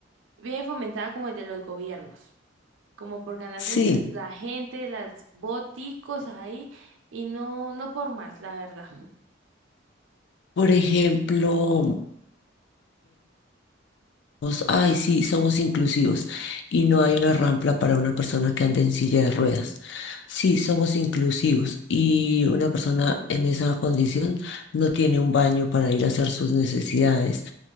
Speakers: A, on the right; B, on the left.
A: bien fomentada como desde los gobiernos como por ganarse
B: Sí,
A: en el- la gente, las boticos ahí, y no, no por más, la verdad.
B: por ejemplo. Somos, Ay, sí, somos inclusivos y no hay una rampa para una persona que ande en silla de ruedas.
A: Mm,
B: Sí, somos inclusivos y una persona en esa condición no tiene un baño para ir a hacer sus necesidades.